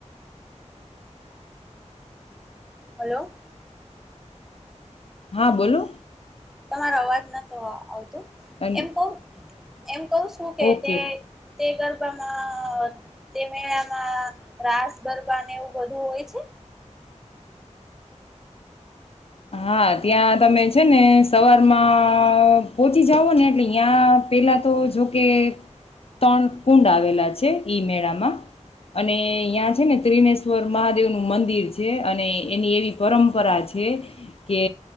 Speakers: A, in the centre; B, on the left (about 55°).
A: હલો.
B: હા બોલો
A: તમારો અવાજ ન તો આવ
B: અને
A: એમ બહ એમ કઉ શું કે
B: ઓકે
A: તે તે ગરબામાં તે મેળામાં રાસ ગરબાને એવું બધું હોય છે
B: હા ત્યાં તમે છે ને સવારમાં પોહોચી જઓ ને એટલે ત્યાં પેલા તો જોકે ત્રણ કુંડ આવેલા છે ઈ મેળામાં અને યાં છે ને ત્રિનેશ્વર મહાદેવનું મંદિર છે અને એની એવી પરંપરા છે કે